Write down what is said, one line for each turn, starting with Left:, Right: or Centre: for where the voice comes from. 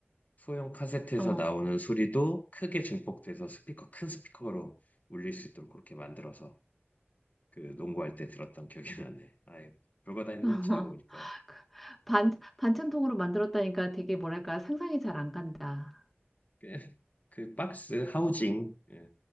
Left: 소형 카세트에서
Centre: 어.
Left: 나오는 소리도 크게 증폭돼서 스피커 큰 스피커로 울릴 수 있도록 그렇게 만들어서 그 농구할 때 들었던 기억이 나네. 아유 별거 다 했네
Centre: <laughs>
Left: 지나고 보니까.
Centre: 반, 반찬통으로 만들었다니까 되게 뭐랄까 상상이 잘 안 간다.
Left: 그, 그 박스 하우징 예,